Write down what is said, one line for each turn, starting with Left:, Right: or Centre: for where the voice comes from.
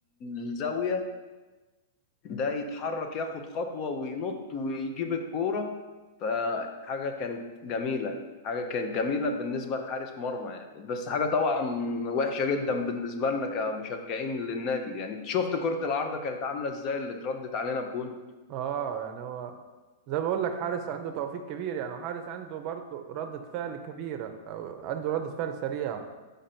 Left: الزاويه ده يتحرك ياخد خطوة وينط ويجيب الكورة فحاجة كانت جميلة حاجة كانت جميلة بالنسبة لحارس مرمى يعني بس حاجة طبعا وحشة جدا بالنسبة لنا كمشجعين للنادي يعني شفت كرة العارضة كانت عاملة ازاي اللي اتردت علينا بجون
Right: اه يعني هو زي ما بقول لك حارس عنده توفيق كبير يعني وحارس عنده برضه ردة فعل كبيرة او عنده ردة فعل سريعة